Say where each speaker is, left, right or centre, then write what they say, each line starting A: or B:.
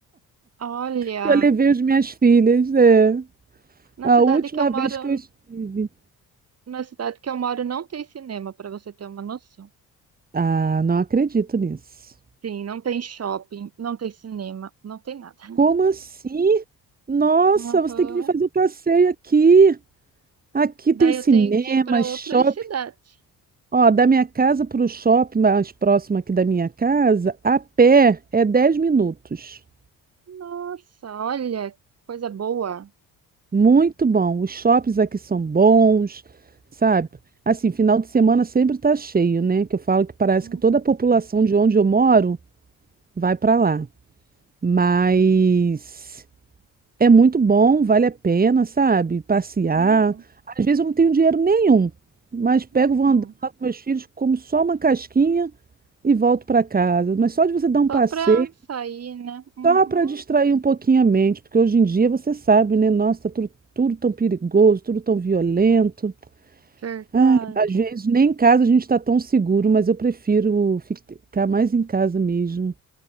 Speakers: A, on the right; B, on the right.
A: Olha,
B: que eu levei as minhas filhas. É.
A: na
B: A
A: cidade
B: última
A: que eu moro,
B: vez que eu estive.
A: na cidade que eu moro não tem cinema, para você ter uma noção.
B: Ah, não acredito nisso.
A: Sim, não tem shopping, não tem cinema, não tem nada.
B: Como assim? Nossa,
A: Aham.
B: você tem que vir fazer o passeio aqui. Aqui
A: Daí
B: tem cinema,
A: eu tenho que ir para
B: shopping.
A: outras cidades.
B: Ó, da minha casa para o shopping mais próximo aqui da minha casa, a pé é 10 minutos.
A: Nossa, olha, coisa boa.
B: Muito bom. Os shoppings aqui são bons, sabe? Assim, final de semana sempre tá cheio, né? Que eu falo que parece
A: Uhum,
B: que toda a população de onde eu moro vai para lá. Mas é muito bom, vale a pena, sabe? Passear.
A: uhum, uhum.
B: Às vezes eu não tenho dinheiro nenhum, mas pego,
A: uhum.
B: vou andando lá com meus filhos, como só uma casquinha e volto para casa. Mas só de você dar um
A: Só
B: passeio
A: para sair, né? Uhum.
B: só para distrair um pouquinho a mente, porque hoje em dia você sabe, né? Nossa, tá tudo, tudo tão perigoso, tudo tão violento.
A: Verdade.
B: Ai, às vezes nem em casa a gente está tão seguro, mas eu prefiro ficar mais em casa mesmo.